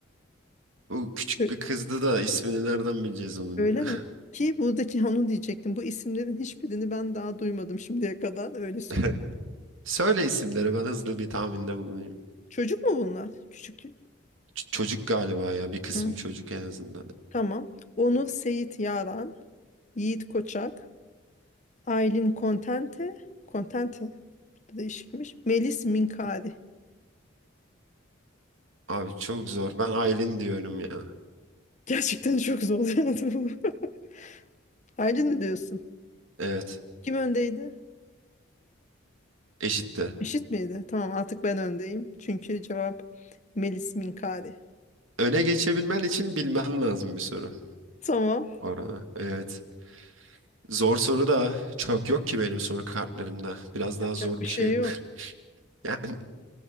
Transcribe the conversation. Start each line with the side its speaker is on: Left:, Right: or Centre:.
Right: Bu küçük
Left: Ö-
Right: bir kızdı da ismini nereden bileceğiz onun
Left: Öyle
Right: ya?
Left: mi? Ki buradaki onu diyecektim. Bu isimlerin hiçbirini ben daha duymadım şimdiye kadar. Öyle söyleyeyim.
Right: <laughs> Söyle isimleri ben hızlı bir tahminde bulunayım.
Left: Çocuk mu bunlar? Küçük.
Right: Ç- çocuk galiba ya bir kısmı
Left: Hı,
Right: çocuk en azından.
Left: tamam. Onur Seyit Yaran, Yiğit Koçak, Aylin Contente, Contente bu da değişikmiş. Melis Minkari.
Right: Abi çok zor. Ben Aylin diyorum ya.
Left: Gerçekten çok zorlayandı bu. <laughs> Aydın ne diyorsun?
Right: Evet
Left: Kim öndeydi?
Right: eşitti.
Left: Eşit miydi? Tamam artık ben öndeyim. Çünkü cevap Melis Minkari.
Right: Öne geçebilmen için bilmen lazım bir soru.
Left: Tamam.
Right: Orada. Evet. Zor soru da çok yok ki benim soru kartlarımda. Biraz daha
Left: Yapacak
Right: zor
Left: bir
Right: bir
Left: şey
Right: şey
Left: yok.
Right: bu. <laughs> Yani